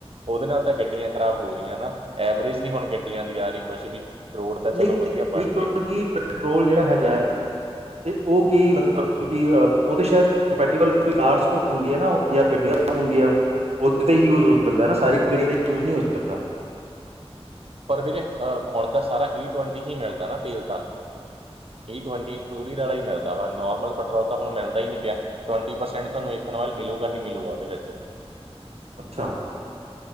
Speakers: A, on the right; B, on the right.
A: ਉਹਦੇ ਨਾਲ ਤਾਂ ਗੱਡੀਆਂ ਖਰਾਬ ਹੋ ਰਹੀਆਂ, ਨਾ ਐਵਰੇਜ ਨਹੀਂ ਹੁਣ ਗੱਡੀਆਂ ਦੀ ਆ ਰਹੀ ਕੁਛ ਵੀ। ਰੋਡ ਤਾਂ ਚਲੋ
B: ਨਹੀਂ
A: ਵਧੀਆ
B: ਤੇ
A: ਬਣ ਗਏ
B: ਪੈਟਰੋਲ ਜਿਹੜਾ ਹੈਗਾ ਤੇ ਉਹ ਕੀ ਮਤਲਬ
A: ਹਾਂਜੀ
B: ਕਿਉਂਕਿ ਉਹ ਤਾਂ ਸ਼ਾਇਦ <unintelligible> ਕੋਈ ਕਾਰਸ ਹੋਣਗੀਆਂ ਨਾ ਜਾਂ ਗੱਡੀਆਂ ਹੋਣਗੀਆਂ ਉਥੇ ਤੇ ਹੀ ਯੂਜ ਹੋ ਸਕਦਾ ਨਾ ਸਾਰੀ ਯੂਜ ਨਹੀਂ ਹੋ ਸਕਦਾ
A: ਪਰ ਵੀਰੇ ਹੁਣ ਤਾਂ ਸਾਰਾ ਈ ਟਵੰਟੀ ਹੀ ਮਿਲਦਾ ਹੈ ਸਾਰਾ ਤੇਲ ਤਾਂ ਟਵੰਟੀ ਇਨਕਲੂਡਿੰਗ ਵਾਲਾ ਹੀ ਮਿਲਦਾ ਵਾ ਨੋਰਮਲ ਪੈਟਰੋਲ ਤਾਂ ਹੁਣ ਮਿਲਦਾ ਹੀ ਨਹੀਂ ਪਿਆ ਟਵੰਟੀ ਪਰਸੈਂਟ ਤੁਹਾਨੂੰ ਇਥਨੋਇਲ ਮਿਲੂਗਾ ਹੀ ਮਿਲੂਗਾ ਉਹਦੇ ਵਿੱਚ
B: ਅੱਛਾ,